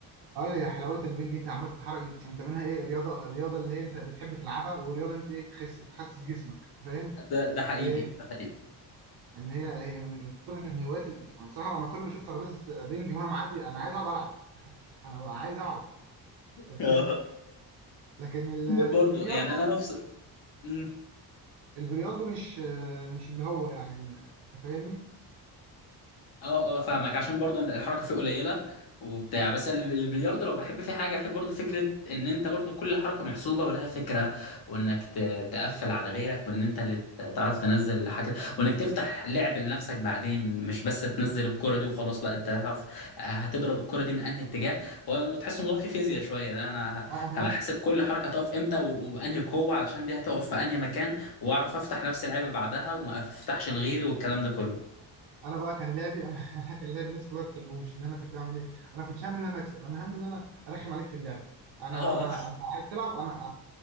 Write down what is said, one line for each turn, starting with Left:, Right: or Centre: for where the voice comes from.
Right: ايوه يا حلاوه البنج انت عمال تتحرك انت منها ايه رياضه الرياضه اللي هي انت بتحب تلعبها ورياضه انت ايه تخس تخسس جسمك انت فاهم
Left: ده ده حقيقي
Right: اللي هي
Left: ده حقيقي
Right: ان هي هي من ضمن الهوايات ال- انا صراحه انا كل ما اشوف ترابيزه بينج مهما معدي انا عايز اقعد العب انا ببقى عايز اقعد
Left: <laughs>
Right: انت فاهم لكن ال- البريالدو
Left: برضه يعني انا نفس مم.
Right: البريالدو مش مش اللي هو يعني ال- انت فاهمني
Left: اه اه فاهمك عشان برضه الحركه فيه قليله وبتاع بس ال- البلياردو لو بحب فيه حاجه بحب برضه فكره ان انت برضه كل حركه محسوبه ولها فكره وانك ت- تقفل على غيرك وان انت اللي ت- تعرف تنزل الحاجه وانك تفتح لعب لنفسك بعدين مش بس تنزل الكره دي وخلاص لا انت تعرف هتضرب الكره دي من انهي اتجاه هو تحس الموضوع فيه فيزياء شويه ده انا ه-
Right: انا
Left: هبقى
Right: بص
Left: حاسب كل حركه هتقف امتى و- وبانهي قوه علشان دي هتقف في انهي مكان واعرف افتح نفس اللعبه بعدها وما افتحش لغيري والكلام ده كله
Right: انا بقى كان لعبي انا <laughs> أنا كان لعبي الناس كلها ما بتحبوش اللي انا كنت بعمل ايه انا كنت همي ان انا اكسب انا همي ان انا ارخم عليك في اللعبه انا
Left: اه
Right: انا انت عايز تلعب انا